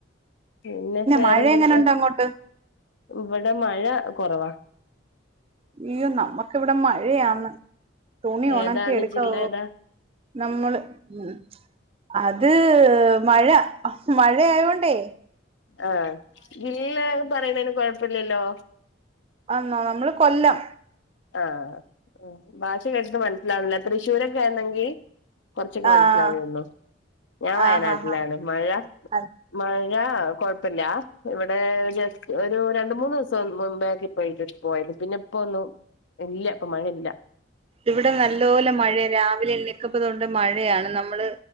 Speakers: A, on the left (about 70°); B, on the right (about 30°).
A: പിന്നെ വേറെന്തൊക്ക്യ.
B: മഴ എങ്ങനുണ്ട് അങ്ങോട്ട്
A: ഇവ്ടെ മഴകൊറവാ.
B: ഇയ്യോ നമ്മക്ക് ഇവ്ടെ മഴയാണ്. തുണി
A: ഏതാണ്
B: ഒണക്കിഎടുക്ക്വാ.
A: ജില്ല ഏതാ
B: നമ്മള് ഉം അത് മഴ മഴയായോണ്ടേയ്.
A: ആഹ്. ഇല്ല എന്ന് പറയുന്നേന് കൊഴപ്പല്ലല്ലോ.
B: ആന്നൊ നമ്മള് കൊല്ലം.
A: ആഹ്. ഭാഷകേട്ട്ട്ട് മൻസ്സിലാവ്ണില്ല. തൃശ്ശൂരൊക്കെ ആണെങ്കി കൊറച്ചൊക്കെ
B: ആഹ്
A: മൻസ്സിലാവേര്ന്നു. ഞാൻ വയനാട്ടിലാണ്
B: ആഹ് ആഹ്
A: മഴ
B: ആഹ്
A: മഴകൊഴപ്പല്ല. ഇവിടെ ജസ്റ്റ് ഒരുരണ്ട്, മൂന്ന്സ്സം മുമ്പേകി പെയ്ത്ട്ട് പോയത്. പിന്നെ ഇപ്പവന്നു. ഇല്ല്യ. ഇപ്പമഴല്ല.
B: ഇവിടെ നല്ലോലെ മഴെ. രാവിലെ എണ്ണിക്ക്മ്പോതൊട്ട് മഴയാണ്. നമ്മള്